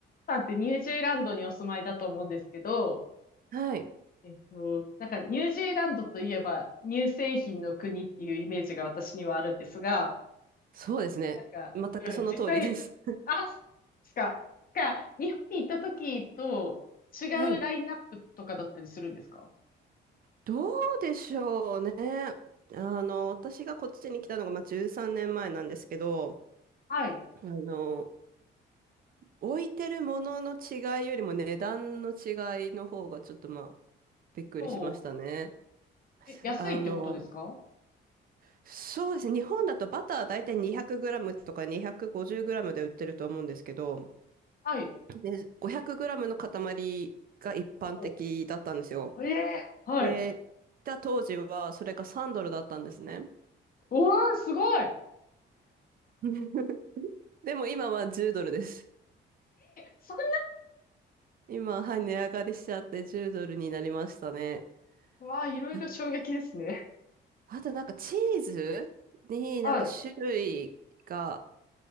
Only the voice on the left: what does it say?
さんってニュージーランドにお住まいだと思うんですけど、
えっと、なんかニュージーランドといえば乳製品の国っていうイメージが私にはあるんですが、
なんか、
うん、実際、あ、しか、か、日本に行った時と違うラインナップとかだったりするんですか
はい。
ほう。え、安いってことですか
はい。
ほう。ええはい。
おー、すごい。え、
そん
な、わあ、いろいろ衝撃ですね。
はい。